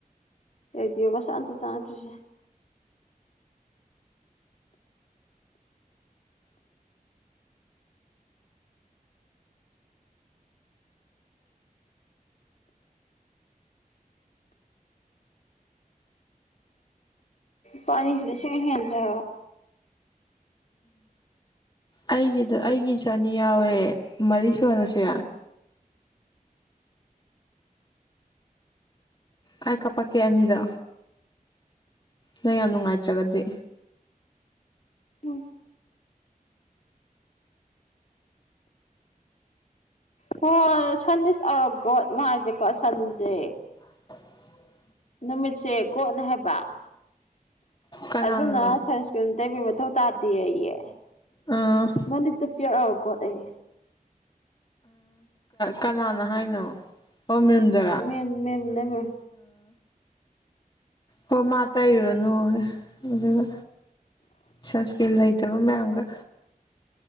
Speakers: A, on the left (about 55°); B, on the left (about 30°).
A: ꯇꯩꯗꯤ ꯁꯥ ꯑꯟꯇ ꯆꯥꯉꯛꯇ꯭ꯔꯤꯁꯦ ꯄꯅꯤ ꯆ ꯅꯁꯨ ꯍꯦꯟꯗ
B: ꯑꯩꯒꯤꯗ ꯑꯩꯒꯤꯁꯨ ꯑꯅꯤ ꯌꯥꯎꯋꯦ ꯃꯔꯤ ꯁꯣꯂꯁꯦ ꯑꯩꯥꯏ ꯀꯥꯄꯛꯀꯦ ꯑꯅꯤꯗ ꯅꯪ ꯌꯥꯝ ꯅꯨꯡꯉꯥꯏꯇ꯭ꯔꯒꯗꯤ
A: ꯎꯝ ꯍꯣꯏ ꯁꯟ ꯏꯁ ꯑꯧꯔꯒꯣ ꯃꯥꯏꯁꯦꯀꯣ ꯁꯟꯁꯦ
B: <inaudible>
A: ꯅꯨꯃꯤꯠꯁꯦ ꯀꯣꯠꯅ ꯍꯥꯏꯕ
B: ꯀꯅꯥꯅꯅꯣ
A: ꯑꯗꯨꯅ ꯁꯪꯁꯀ꯭ꯔꯤꯠ ꯇꯩꯕꯤ ꯃꯊꯧ ꯇꯥꯗꯦ ꯑꯩꯌꯦ
B: ꯑꯥ
A: ꯅꯪꯗꯤ ꯇꯨꯤꯌꯔꯔꯀꯣꯠ ꯑꯩ
B: ꯀꯅꯥꯅ ꯍꯥꯏꯅꯣ ꯑꯣ ꯃꯔꯨꯝꯖꯔꯥ
A: ꯃꯦꯝ ꯃꯦꯝꯅꯦ ꯃꯦꯝ
B: ꯎꯥ ꯑꯣ ꯃꯥ ꯇꯩꯔꯨꯔꯨꯅꯨ ꯑꯗꯨꯒ ꯁꯁꯀꯤ ꯂꯩꯇꯕ ꯃꯌꯥꯝꯒ